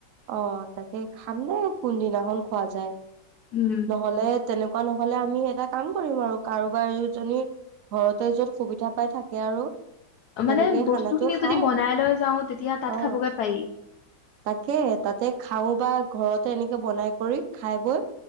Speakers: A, on the right; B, on the left.
A: অ তাকে খাম নে কোনদিনাখন খোৱা যায়
B: উম
A: নহলে তেনেকুৱা নহলে আমি? এটা কাম কৰিম আৰু কাৰোবাৰজনী ঘৰতে যত সুবিধা পাই থাকে আৰু। তেনেকেই
B: মানে বস্তু
A: খানাটো
B: খিনি
A: খাই
B: যদি বনাই লৈ যাও তেতিয়া তাত
A: অ
B: খাবগে পাৰি?
A: তাকে তাতে খাও বা ঘৰতে এনেকে বনাই কৰি খাই বৈ।